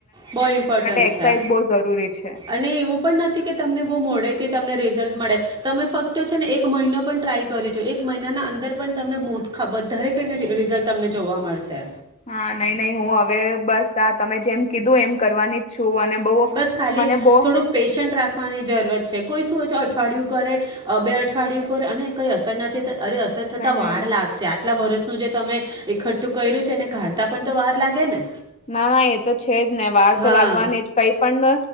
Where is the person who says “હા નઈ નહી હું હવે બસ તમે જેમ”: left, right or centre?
Left